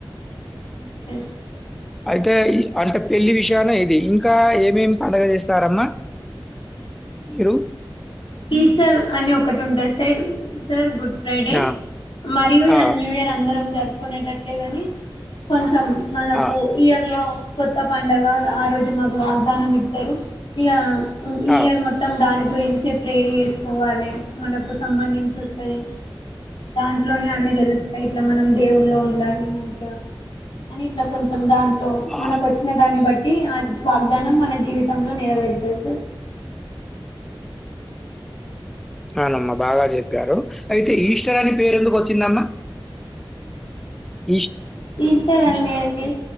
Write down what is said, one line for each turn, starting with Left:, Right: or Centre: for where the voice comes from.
Left: మెస్సేజ్
Centre: అయితే ఇ అంటే పెళ్లి విషయాన ఇది ఇంకా ఏమేమి పండగ చేస్తారమ్మా ఇరు
Left: ఈస్టర్ అని ఒకటి ఉంటంది సైడ్ సార్ గుడ్ ఫ్రైడే
Centre: ఆ!
Left: మరియు దాని
Centre: ఆ!
Left: న్యూ ఇయర్ అందరం జరుపుకునేటట్టే గని కొంచెం మనపు
Centre: ఆ!
Left: ఇయర్లో కొత్త పండగ ఆ రోజు మాకు వాగ్దానం ఇతారు ఇగ హ్మ్ ఈ
Centre: ఆ!
Left: ఇయర్ మొత్తం దాని గురించి చ్ప్ ప్రేయర్ చేసుకోవాలె మనకు సంబంధించి ఒస్తది దాంట్లోనే అన్ని తెలుస్తాయి ఇట్లా మనం దేవున్లో ఉండాలి మంచిగా అని ఇట్లా కొంచెం దాంట్లో
Centre: ఆ!
Left: మనకు వచ్చిన దాన్ని బట్ ఇ ఆ వాగ్దానం మన జీవితంలో నెరవేరుతాయి సార్
Centre: అవునమ్మ బాగా చెప్పారు హ్హ్ అయితే ఈస్టర్ అని పేరు ఎందుకు వచ్చిందమ్మ <inaudible>
Left: ఈస్టర్ అనేదీ